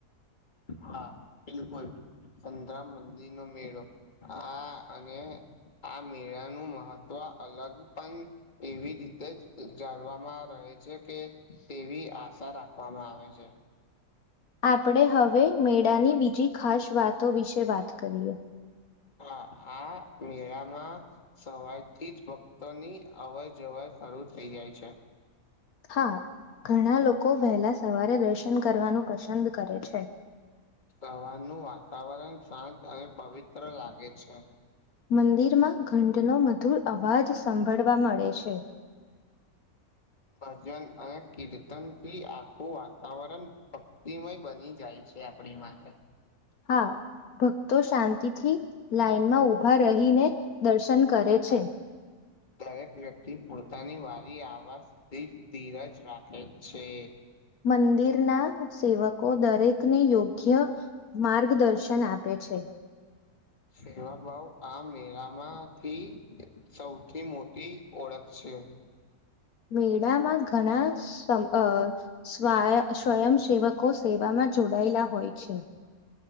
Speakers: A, on the left; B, on the left.
A: હા બિલકુલ સંતરામ મંદિર નો મેળો આ અને આ મેળાનું મહત્વ અલગ પણ એવી રીતે જ જાણવામાં રહે છે કે તેવી આશા રાખવામાં આવે છે.
B: આપણે હવે મેળાની બીજી ખાસ વાતો વિશે વાત કરીએ.
A: હા આ મેળામાં સવારથી જ ભક્તોની અવર જવર શરૂુ થઇ જાય છે.
B: હા ઘણા લોકો વહેલા સવારે દર્શન કરવાનું પસંદ કરે છે.
A: સવારનું વાતાવરણ શાંત અને પવિત્ર લાગે છે.
B: મંદિરમાં ઘંટનો મધુર અવાજ સાંભળવા મળે છે.
A: ભજન અને કીર્તન થી આખું વાતાવરણ <unintelligible> ધિમય બની જાય છે આપડી માટે.
B: હા ભક્તો શાંતિથી લાઈનમાં ઉભા રહીને દર્શન કરે છે.
A: દરેક વ્યક્તિ પોતાની વારી આવાજ સુધી ધીરજ રાખે છે.
B: મંદિર ના સેવકો દરેકને યોગ્ય માર્ગદર્શન આપે છે.
A: સેવાભાવ આ મેળામાંથી સૌથી મોટી ઓળખ છે.
B: મેળામાં ઘણા સમ અ સ્ય સ્વયંસેવકો સેવામાં જોડાયેલા હોય છે.